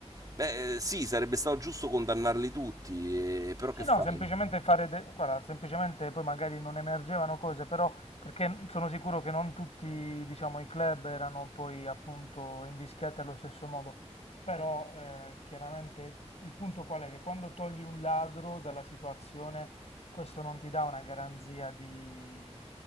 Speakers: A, on the right; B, on the left.
A: Beh, eh, sì, sarebbe stato giusto condannarli tutti, eh, però
B: Sì,
A: che
B: no,
A: fai?
B: semplicemente fare, de- guarda, semplicemente poi magari non emergevano cose, però perché sono sicuro che non tutti, diciamo, i club erano poi appunto invischiati allo stesso modo, però eh, chiaramente il punto qual è? Che quando togli un ladro dalla situazione, questo non ti dà una garanzia di,